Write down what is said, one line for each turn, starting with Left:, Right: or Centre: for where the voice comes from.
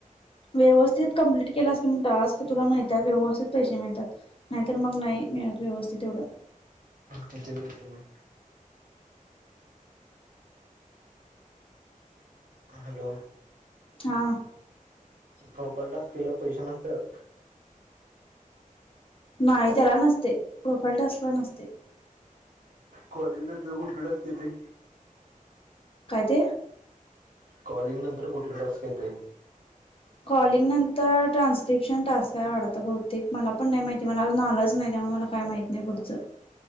Left: व्यवस्थित कंप्लीट केलास कनी टास्क, तुला मिळत्यात व्यवस्थित पैसे मिळत्यात. नाहीतर, मग नाही मिळत व्यवस्थित एवढं.
Right: किती मिळतय मग हॅलो.
Left: हां.
Right: प्रोफाइल टास्कला पैसे नसत्यात.
Left: नाही, त्याला नसतय, प्रोफाईल टास्कला नसतय.
Right: कॉलिंग नंतर कुठलं टास्क येतय.
Left: काय ते.
Right: कॉलिंग नंतर कुठला टास्क येतय.
Left: कॉलिंग नंतर ट्रान्स्क्रिप्शन टास्क आहे वाटतं बहुतेक. मला पण नाही माहिती, मला अजुन आलंच नाही. त्यामुळ मला काय माहीत नाही पुढचं.